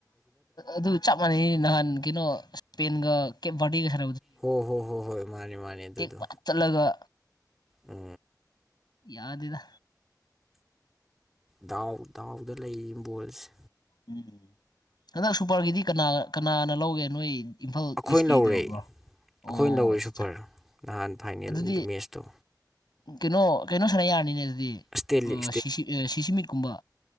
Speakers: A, on the left; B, in the centre.
A: ꯑꯗꯨ ꯆꯞ ꯃꯥꯟꯅꯩꯅꯤ ꯅꯍꯥꯟ ꯀꯩꯅꯣ ꯏꯁꯄꯦꯟꯒ ꯀꯦꯕꯥꯇꯒ ꯈ
B: ꯍꯣ ꯍꯣ ꯍꯣ ꯍꯣꯏ ꯃꯥꯅꯦ ꯃꯥꯅꯦ ꯑꯗꯨꯗꯣ
A: ꯄꯠ ꯆꯠꯂꯒ
B: ꯎ
A: ꯌꯥꯗꯗ
B: ꯗꯥꯎ ꯗꯥꯎꯗ ꯂꯩ ꯏꯝꯕꯣꯜꯁꯦ
A: ꯎꯝ ꯎ ꯍꯟꯗꯛ ꯁꯨꯄꯔꯒꯤꯗꯤ ꯀꯅꯥ ꯀꯅꯥꯅ ꯂꯧꯒꯦ ꯅꯣꯏ ꯏꯝꯐꯥꯜ
B: ꯑꯩꯈꯣꯏꯅ
A: ꯏꯁꯀꯤꯗ
B: ꯂꯧꯔꯦ
A: ꯑꯣꯏꯕ꯭ꯔꯣ
B: ꯑꯩꯈꯣꯏꯅ
A: ꯑꯣ
B: ꯂꯧꯔꯦ
A: ꯑꯠꯆꯥ
B: ꯁꯨꯄꯔ
A: ꯑꯠꯆꯥ
B: ꯅꯍꯥꯟ ꯐꯥꯏꯅꯦꯜ
A: ꯑꯗꯨꯗꯤ
B: ꯃꯦꯠꯁꯇꯣ
A: ꯀꯩꯅꯣ ꯀꯩꯅꯣ ꯁꯥꯟꯅ ꯌꯥꯔꯅꯤꯅꯦ ꯑꯗꯨꯗꯤ
B: ꯏꯁꯇꯦꯂꯤꯛ
A: ꯁꯤꯁꯤ ꯁꯤꯁꯤ ꯃꯤꯠꯀꯨꯝꯕ